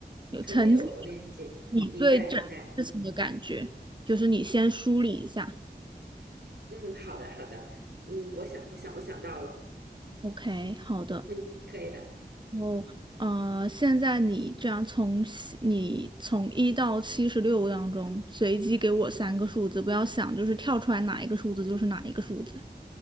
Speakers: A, on the right; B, on the right.
A: 有曾经
B: 曾经有过链接，
A: 你对这事情的感觉，
B: 明白，明白。
A: 就是你先梳理一下。
B: 嗯，好的，好的。嗯，我想，我想，我想到了。
A: OK，好的。
B: 嗯，可以的。
A: 然后呃，现在你这样从西你从一到七十六当中随机给我三个数字，不要想就是跳出来哪一个数字就是哪一个数字。